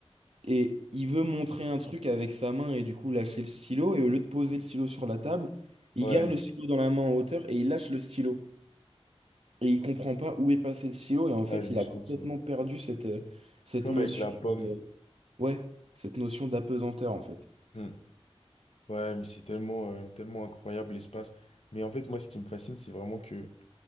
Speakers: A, on the right; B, on the left.
A: Et il veut montrer un truc avec sa main et du coup lâcher le stylo. Et au lieu de poser le stylo sur la table, il
B: Ouais,
A: garde le stylo dans la main en hauteur et il lâche le stylo. Et il comprend pas où est passé le stylo. Et en fait,
B: ouais, je me
A: il a
B: sens
A: complètement
B: de ça.
A: perdu cette, euh, cette
B: Comme
A: notion,
B: avec la pomme.
A: euh, ouais, cette notion d'apesanteur en fait.
B: Hmm. Ouais, mais c'est tellement, euh, tellement incroyable l'espace. Mais en fait, moi, ce qui me fascine, c'est vraiment que